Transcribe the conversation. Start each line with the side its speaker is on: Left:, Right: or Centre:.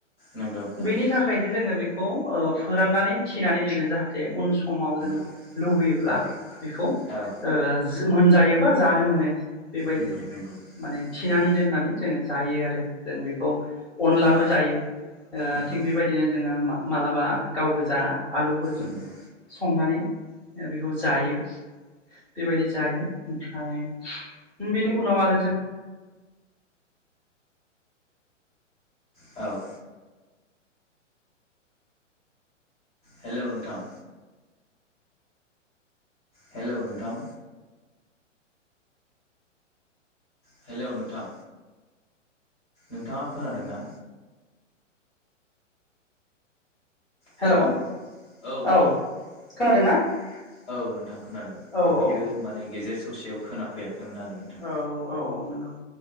Left: नंगौ नंगौ
Centre: बेनि थाखायनो जोङो बेखौ ओ फोराननानै थिनानै दोननो जाहाथे उन समाव जोङो
Left: समाव
Centre: लुबैयोब्ला बेखौ ओ
Left: जों
Centre: मोनजायो बा जानो मोनो बेबायदि
Left: लुबैयोब्ला नंगौ नंगौ
Centre: माने थिनानै
Left: नंगौ
Centre: दोननानै जोङो जायो आरो जों बेखौ अनलाबो
Left: औ
Centre: जायो ओ
Left: नंगौ
Centre: थिग बेबायदिनो जोङो मालाबा गाव गोजा आलु
Left: आलुया
Centre: संनानै बेखौ जायो बेबायदि जायो ओमफ्राय बेनि उनाव आरो जों
Left: औ हेलौ नोंथां हेलौ नोंथां हेलौ नोंथां नोंथाङा खोनादों ना?
Centre: हेल'
Left: हेलौ औ नोंथां
Centre: औ
Left: खोनादों
Centre: खोनादोंना
Left: ना? औ नोंथां खोनादों
Centre: औ
Left: दहयो
Centre: औ
Left: माने गेजेर ससेयाव खोनाफैयाखै नोंथां
Centre: औ औ औ नांगौ